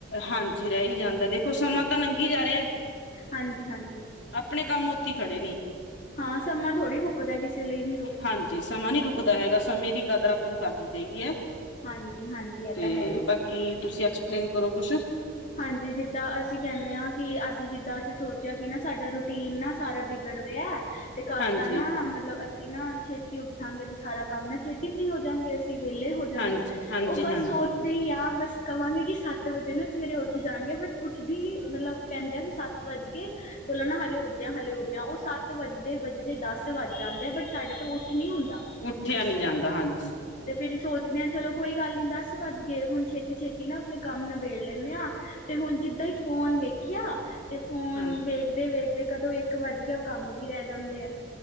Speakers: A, on the left; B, on the left.
A: ਹਾਂਜੀ ਰਹਿ ਈ ਜਾਂਦਾ ਦੇਖੋ ਸਮਾਂ ਤਾਂ ਨੰਗੀ ਜਾ ਰਿਹਾ।
B: ਹਾਂਜੀ ਹਾਂਜੀ।
A: ਆਪਣੇ ਕੰਮ ਉੱਥੇ ਈ ਖੜੇ ਨੇ।
B: ਹਾਂ ਸਮਾਂ ਥੋੜੀੁ ਰੁਕ <unintelligible> ਕਿਸੇ ਲਇ ਵੀ
A: ਹਾਂਜੀ ਸਮਾਂ ਨੀ ਰੁਕਦਾ ਹੈਗਾ ਸਮੇਂ ਦੀ ਕਦਰ ਅਪਾਂ ਨੂੰ ਕਰਨੀ ਚਾਹੀਦੀ ਏ।
B: ਹਾਂਜੀ ਹਾਂਜੀ ਇਹ
A: ਤੇ
B: ਤਾਂ ਹੈ ਹੀ
A: ਬਾਕੀ ਤੁਸੀਂ ਐਕਸਪਲੇਨ ਕਰੋ ਕੁਛ।
B: ਹਾਂਜੀ ਜਿੱਦਾਂ ਅਸੀਂ ਕੇਨੇ ਆ ਕਿ ਅੱਜ ਜਿੱਦਾਂ ਅਸੀਂ ਸੋਚਿਆ ਕਿ ਨਾ ਸਾਡਾ ਰੂਟੀਨ ਨਾ। ਸਾਰਾ ਬਿਗੜ ਰਿਆ ਤੇ ਕੱਲ
A: ਹਾਂਜੀ
B: ਤਾਂ ਨਾ ਮਤਲਬ ਅਸ ਸੀ ਨਾ ਛੇਤੀ ਉੱਠਾਂਗੇ ਤੇ ਸਾਰਾ ਕੰਮ ਨਾ ਛੇਤੀ ਫ੍ਰਰੀ ਹੋ ਜਾਾਂਗੇ ਅਸੀਂ ਵਹਲੇ ਹੋ ਜਾ
A: ਹਾਂਜੀ
B: ਗੇ
A: ਹਾਂਜੀ
B: ੳ ਬਸ
A: ਹਾਂਜੀ
B: ਸੋਚਦੇ ਇ ਆ ਬਸ ਕਵਾਂਗੇ ਕਿ ਸੱਤ ਵਜੇ ਨਾ ਸਵੇਰੇ ਉੱਠ ਜਾਂਗੇ ਬਟ ਉੱਠਦੀ ਮਤਲਬ ਕੇਂਦੇ ਆ ਕਿ ਸੱਤ ਵੱਜ ਗੇ ਚਲੋ ਨਾ ਹਲੇ ਉੱਠਦੇ ਆਂ ਹਲੇ ਉੱਠਦੇ ਆਂ ਅ ਸੱਤ ਵੱਜਦੇ-ਵੱਜਦੇ ਦੱਸ। ਸ ਵਜ ਜਾਂਦੇ ਆ ਬਟ ਸਾਡੇ ਤੋਂ ਉੱਠ ਨੀ ਹੁੰਦਾ।
A: ਉੱਠਿਆ ਨੀ ਜਾਂਦਾ ਹਾਂਜੀ
B: ਤੇ ਫੇਰ ਸੋਚਦੇ ਆ, ਚਲੋ ਕੋਈ ਗੱਲ ਨੀ ਦੱਸ ਵੱਜ ਗੇ ਹੁਣ ਛੇਤੀ ਛੇਤੀ ਨਾ ਆਪਣੇ ਕੰਮ ਨਬੇੜ ਲੈਂਦੇ ਆ ਤੇ ਹੁਣ ਜਿੱਦਾ ਈ ਈ ਫੋਨ ਵੇਖਿਆ ਤੇ ਫੋਨ
A: ਹਾਂ
B: ਵੇਖ ਵੇਖਦੇ ਵੇਖਦੇ ਕਦੋਂ ਏਕ ਵੱਜ ਗਿਆ ਉਹ ਕੰਮ ਵੀ ਰਹਿ ਜਾਂਦੇ ਐ।